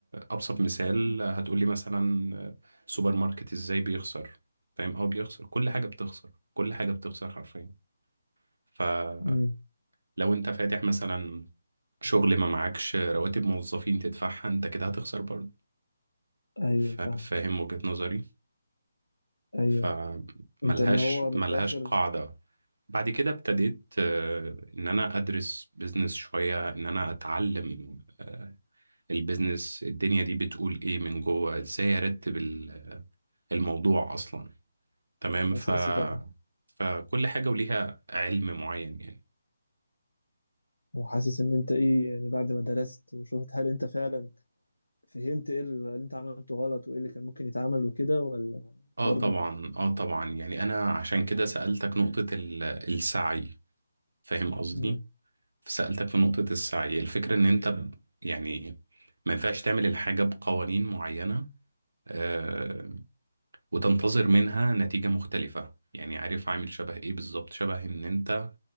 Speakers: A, on the right (about 65°); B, on the left (about 85°).
A: ابسط مثال هتقولي مثلا سوبر ماركت ازاي بيخسر فاهم او بيخسر كل حاجة بتخسر كل حاجة بتخسر حرفيا فلو
B: مم.
A: انت فاتح مثلا شغل ما معكش رواتب موظفين تدفعها انت كده هتخسر برضه
B: ايوه
A: ف- فاهم
B: فاهم
A: وجهة نظري
B: ايوه
A: فملهاش
B: انت اللي هو من
A: ملهاش
B: الاخر
A: قاعدة بعد كده ابتديت آه، ان انا ادرس بيزنس شوية ان انا اتعلم آه، البيزنس الدنيا دي بتقول ايه من جوه ازاي ارتب ال- الموضوع اصلا تمام
B: ايوه
A: ف
B: اساسي طبعا
A: فكل حاجة وليها علم معين يعني
B: وحاسس ان انت ايه يعني بعد ما درست وشفت هل انت فعلا فهمت ايه اللي انت عملته غلط وايه اللي كان ممكن يتعمل وكده ولا
A: اه
B: برضو
A: طبعا اه طبعا يعني انا عشان كده سألتك نقطة ال- السعي فاهم قصدي
B: امم
A: سألتك في نقطة السعي الفكرة إن أنت ب- يعني ما ينفعش تعمل الحاجة بقوانين معينة آه، وتنتظر منها نتيجة مختلفة يعني عارف عامل شبه إيه بالظبط شبه إن أنت